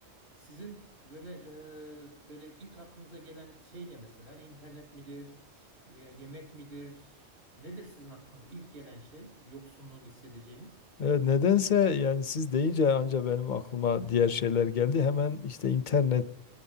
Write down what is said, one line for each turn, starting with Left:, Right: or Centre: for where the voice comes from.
Right: Sizin böyle e, böyle ilk aklınıza gelen şey ne mesela? İnternet midir? E, yemek midir? Nedir sizin aklınıza ilk gelen şey? Yoksunluğunu hissedeceğiniz.
Left: Evet, nedense yani siz deyince anca benim aklıma diğer şeyler geldi. Hemen işte internet,